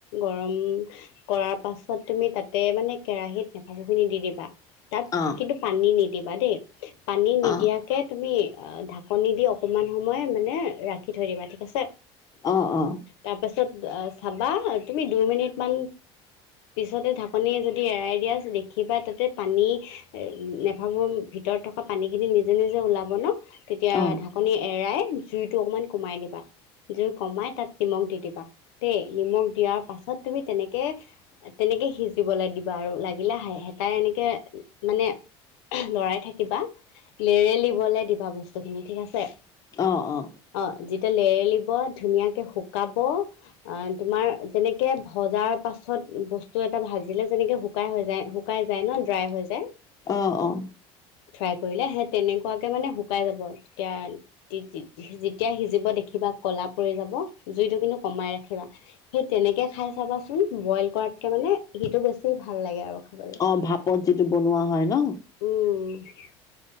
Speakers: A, on the left; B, on the left.
A: গৰম কৰাৰ পাছত। তুমি তাতে মানে কেৰাহিত নেফাফু খিনি দি দিবা তাত
B: অঁ
A: কিন্তু পানী নিদিবা দেই পানী নিদিয়া
B: অ'। অ',
A: কে তুমি ঢাকনি দি অকমান সময় মানে ৰাখি থৈ দিবা ঠিক আছে।
B: অ অ
A: তাৰপাছত চাবা তুমি দুই মিনিটমান পিছতে ঢাকনি যদি এৰাই দিয়া দেখিবা তাতে পানী নেফাফু ভিতৰত থকা পানী খিনি নিজে নিজে ওলাব ন তেতিয়া
B: অ',
A: ঢাকণি এৰাই জুইটো অকমান কমাই দিবা। জুই কমাই তাত নিমখ দি দিবা দেই নিমখ দিয়াৰ পাছত তুমি তেনেকে তেনেকে সিজিবলৈ দিবা আৰু লাগিলে হ হেতাই এনেকে মানে লৰাই থাকিবা লেৰেলিবলে দিবা বস্তুখিনি ঠিক আছে
B: অ অ
A: অ যেতিয়া লেৰেলিব ধুনীয়াকে শুকাব। অ তোমাৰ যেনেকে ভজাৰ পাছত পাছত বস্তু এটা ভাজিলে যেনেকে শুকাই হৈ যায় শুকাই যায় ন ড্ৰাই হৈ যায়
B: অ অ
A: ফ্ৰাই কৰিলে সেই তেনেকুৱাকে মানে শুকাই যাব তেতিয়া যেতিয়া সিজিব দেখিবা কলা পৰি যাব জুইটো কিন্তু কমাই ৰাখিবা। সেই তেনেকে খাই চাবাচোন বইল কৰাতকে মানে সিটো বেছি ভাল লাগে আৰু খাবলৈ
B: অ ভাপত যিটো বনোৱা হয় ন
A: উম